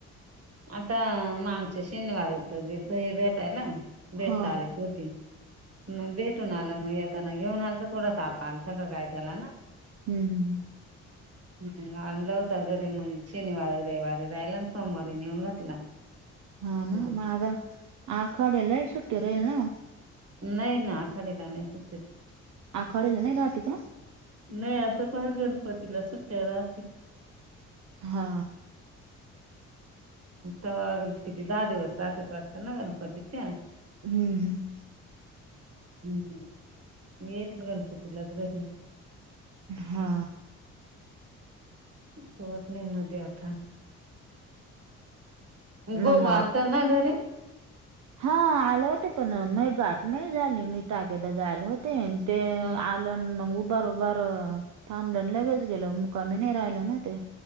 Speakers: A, on the right; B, on the right.
A: आता मागच्या शनिवार यथ गेल तर हे भेटायला भेट
B: हा
A: तारीख होती मग भेटून आलं मग येताना घेऊन आलं तर थोडा ताप आल स का काय त्याला ना
B: हम् हम ह
A: हम् अनलाव तगरी मग शनिवार रे वारयला ना सोमवार री नेऊन घातला
B: हा ना
A: परत
B: मग आखडला सुट्टर येल ना
A: नाही ना खडेला नाही सु
B: आ खळला नाही राहतेच्या
A: नाही आता पण गणपतीला सुट्ट्या राहतील
B: हा
A: तर गणपिती दहा दिवस रहत वाटत ना गणपतीच्या
B: हम्म हम्म
A: हम्म येल् गनपतीलाच बघीन
B: हा
A: होतं नाही मध्ये आता
B: म्हणला
A: भाऊ आणताना घरी
B: हा आलं होत पण मग गाठ नाही झाली मी ताकदा जायला होते ते
A: हम्म
B: आलंन मग उभार उभार थांबडून लगेच गेलो मुकामी नाही राहिलो ना ते